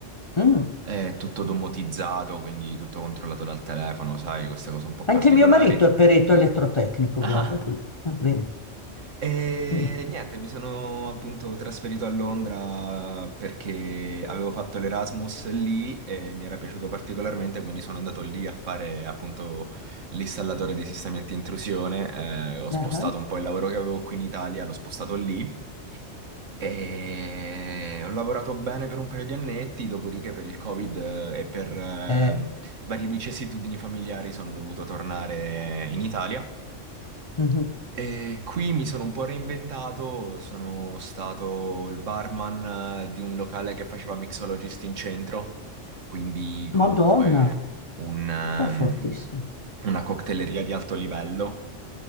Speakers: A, on the left; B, on the right.
A: mm.
B: è tutto domotizzato, quindi tutto controllato dal telefono, sai, queste cose un po'
A: Anche
B: particolari.
A: mio marito è perito elettrotecnico,
B: Ah!
A: guarda qui. Ah, vedi.
B: E
A: Mm.
B: niente, mi sono appunto trasferito a Londra perché avevo fatto l'Erasmus lì e mi era piaciuto particolarmente, quindi sono andato lì a fare appunto l'installatore di sistemi anti-intrusione. Eh, ho spostato
A: Ah,
B: un po' il lavoro che avevo qui in Italia, l'ho spostato lì. E ho lavorato bene per un paio di annetti, dopodiché per il Covid eh, e per ehm,
A: eh,
B: varie vicissitudini familiari sono dovuto tornare in Italia.
A: mhm.
B: E qui mi sono un po' reinventato, sono stato il barman eh, di un locale che faceva mixologist in centro, quindi comunque
A: Madonna,
B: un, ehm,
A: ma è fortissimo.
B: una cocktaileria di alto livello,